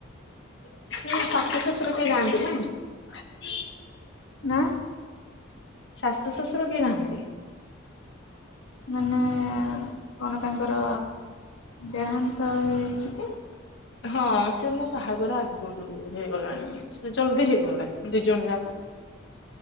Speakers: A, on the left; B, on the left.
A: <inaudible> ଶାଶୁ ଶଶୁର କେହି ନାହାନ୍ତି ନା। <inaudible>
B: ନାଁ।
A: ଶାଶୁ ଶ୍ୱଶୁର କେହି ନାହାଁନ୍ତି।
B: ମାନେ କଣ ତାଙ୍କର ଦେହାନ୍ତ ହେଇଛି କି?
A: ହଁ ସେ ମୁଁ ବାହାଘର ଆଗୁରୁ ହେଇଗଲାଣି। ସେ ଜଲଦି ହେଇଗଲେ। ଦିଜଣ ଯାକ।